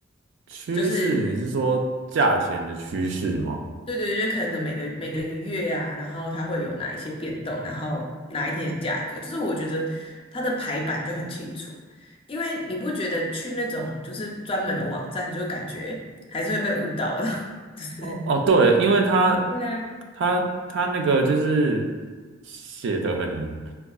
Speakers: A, on the right; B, on the left.
A: 趋势你是说价钱的趋势吗？
B: 就是。对对，就是可能每个每个月啊，然后它会有哪一些变动，然后哪一天的价格，就是我觉得它的排版就很清楚，因为你不觉得去那种就是专门的网站，就感觉还是会被误导的，<laughs> 就是
A: 哦哦，对，因为他
B: 对啊，
A: 他他那个就是写的很